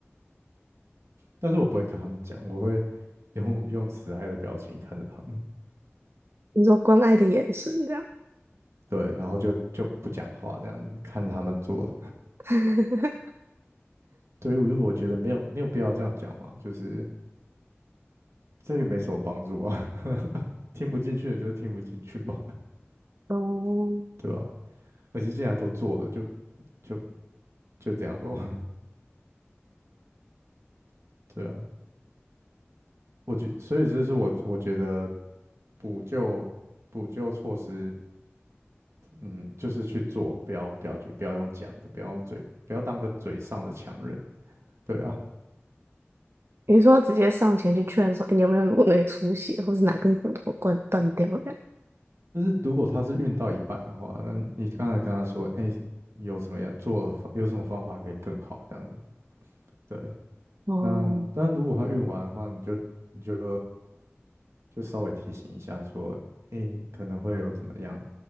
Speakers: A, on the right; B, on the right.
A: 但是我不会跟他们讲，我会用用慈爱的表情看着他们，
B: 你说关爱的眼神这样，
A: 对，然后就就不讲话这样子，看他们做。
B: <laughs>
A: 对，于我就我觉得没有没有必要这样讲嘛，就是。这个没什么帮助啊，<laughs> 听不进去的就是听不进去嘛，
B: 哦，
A: <laughs> 对吧、而且既然都做了，就就就这样咯，<laughs> 对啊，我觉，所以这是我我觉得补救补救措施，嗯，就是去做，不要不要去不要用讲的，不要用嘴，不要当个嘴上的强人，对啊，
B: 你说要直接上前去劝说，哎、你有没有颅内出血，或是哪根骨头断断掉的？
A: 就是如果他是运到一半的话，那你刚才跟他说，哎、有什么样做的法有什么方法可以更好这样子，对，
B: 哦，
A: 那当然如果他运完的话，你就你就就稍微提醒一下说，诶，可能会有怎么样，